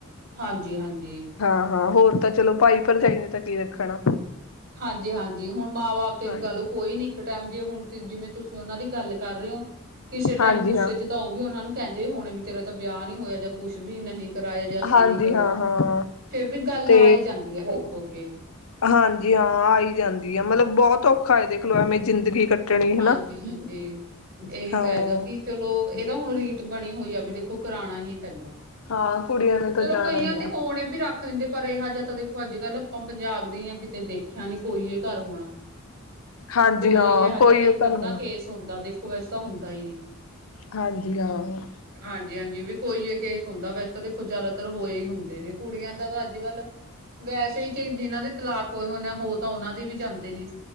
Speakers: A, on the right; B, on the left.
A: ਹਾਂਜੀ- ਹਾਂਜੀ।
B: ਹਾਂ- ਹਾਂ ਹੋਰ ਤਾਂ ਚਲੋ ਭਾਈ ਭਰਜਾਈ ਨੇ ਤਾਂ ਕੀ ਰੱਖਣਾ।
A: ਹਾਂਜੀ -ਹਾਂਜੀ ਹੁਣ ਮਾਂ ਬਾਪ ਤੇ
B: ਹਾਂਜੀ
A: ਲਗਾ ਲਓ ਕੋਈ ਨੀ ਇੱਕ ਟਾਈਮ ਜੇ ਹੁਣ ਜਿਵੇਂ ਤੁਸੀਂ ਉਹਨਾਂ ਦੀ ਗੱਲ ਕਰ ਰਹੇ ਹੋ ਕਿਸੇ
B: ਹਾਂਜੀ
A: ਟਾਈਮ ਗੁੱਸੇ
B: ਹਾਂ
A: ਚ ਤਾਂ ਉਹ ਵੀ ਉਹਨਾ ਨੂੰ ਕਹਿੰਦੇ ਹੋਣੇ ਵੀ ਤੇਰਾ ਤਾਂ ਵਿਆਹ ਨੀ ਹੋਇਆ ਜਾਂ ਕੁਛ ਵੀ ਨਹੀਂ ਕਰਾਇਆ ਜਾਂ ਅਸੀਂ
B: ਹਾਂਜੀ
A: ਨੀ ਕਰਿਆ,
B: ਹਾਂ ਹਾਂ
A: ਫੇਰ ਵੀ ਗੱਲ
B: ਤੇ
A: ਆ ਹੀ ਜਾਂਦੀ ਆ ਦੇਖੋ ਅੱਗੇ।
B: ਹਾਂਜੀ ਹਾਂ ਆਈ ਜਾਂਦੀ ਹੈ, ਮਤਲਬ ਬਹੁਤ ਔਖਾ ਦੇਖਲੋ ਐਵੇਂ ਜ਼ਿੰਦਗੀ ਕੱਟਣੀ ਹਨਾ
A: ਹਾਂਜੀ -ਹਾਂਜੀ ਇਹੀ
B: ਹਾਂ
A: ਤਾਂ ਹੈਗਾ ਕਿ ਚਲੋ ਇਹ ਤਾਂ ਹੁਣ ਰੀਤ ਬਣੀ ਹੋਈ ਆ ਵੀ ਦੇਖੋ ਕਰਾਉਣਾ ਹੀ ਪੈਂਦਾ।
B: ਹਾਂ ਕੁੜੀਆਂ ਨੇ ਤਾਂ
A: ਚਲੋ
B: ਜਾਣਾ
A: ਕਈਆ
B: ਹੀ
A: ਕਦੇ
B: ਆ।
A: ਹੁਣ ਵੀ ਰੱਖ ਲਿੰਦੇ ਪਰ ਇਹੋ ਜਿਹਾ ਤਾਂ ਦੇਖੋ ਅੱਜ ਕੱਲ੍ਹ ਆਪਾਂ ਪੰਜਾਬ ਦੇ ਹੀ ਆ ਕਿਤੇ ਦੇਖਿਆ ਨੀ ਕੋਈ ਇਹ ਘਰ ਹੋਣਾ।
B: ਹਾਂਜੀ
A: ਕੋਈ
B: ਹਾਂ
A: ਇਹੋ ਜਿਹਾ
B: ਕੋਈ
A: ਤਾਂ ਇੱਕ
B: ਉਹ ਘਰ
A: ਅੱਧਾ
B: ਹੋਣਾ।
A: ਕੇਸ ਹੁੰਦਾ ਦੇਖੋ ਵੈਸਾ ਹੁੰਦਾ ਹੀ ਨਹੀਂ
B: ਹਾਂਜੀ ਹਾਂ।
A: ਹਾਂਜੀ -ਹਾਂਜੀ ਵੀ ਕੋਈ ਕੇ ਹੁੰਦਾ ਵੈਸੇ ਤਾਂ ਦੇਖੋ ਜ਼ਿਆਦਾਤਰ ਹੋਏ ਹੀ ਹੁੰਦੇ ਨੇ, ਕੁੜੀਆਂ ਦਾ ਤਾਂ ਅੱਜ ਕੱਲ੍ਹ ਵੈਸੇ ਹੀ ਚੇ ਜਿਹਨਾਂ ਦੇ ਤਲਾਕ ਹੋਏ ਹੁੰਦੇ ਆ ਹੋ ਤਾਂ ਉਹਨਾਂ ਦੇ ਵੀ ਜਾਂਦੇ ਨੇ।